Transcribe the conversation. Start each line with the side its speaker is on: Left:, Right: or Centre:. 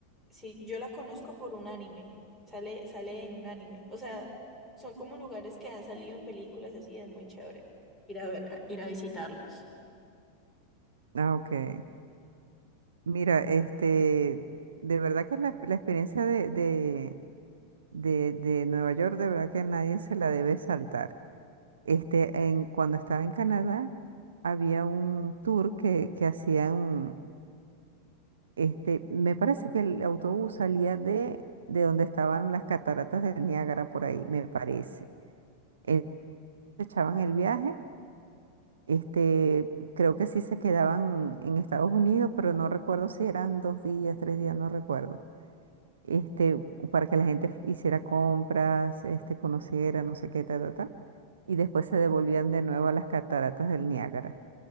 Centre: sí, yo la conozco por un anime, sale, sale en un anime. O sea, son como lugares que han salido en películas y así, es muy chévere ir a ver, ir a visitarlos.
Right: Ah, ok. Mira, este, de verdad que la, la experiencia de, de, de, de Nueva York, de verdad que nadie se la debe saltar. Este, en, cuando estaba en Canadá, había un tour que, que hacían, este, me parece que el autobús salía de, de donde estaban las cataratas del Niágara, por ahí, me parece. Entonces, echaban el viaje Este, creo que sí se quedaban en Estados Unidos, pero no recuerdo si eran dos días, tres días, no recuerdo. Este, para que la gente f- hiciera compras, este, conociera, no sé qué, ta, ta, ta. Y después se devolvían de nuevo a las cataratas del Niágara.